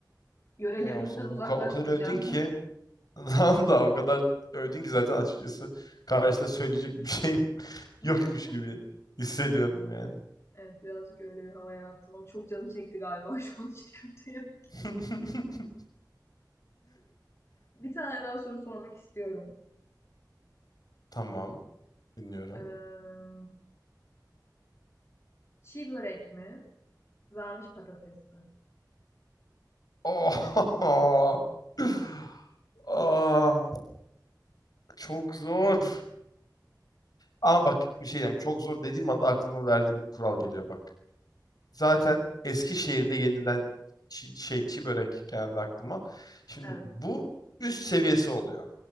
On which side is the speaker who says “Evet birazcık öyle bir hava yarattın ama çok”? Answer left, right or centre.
Left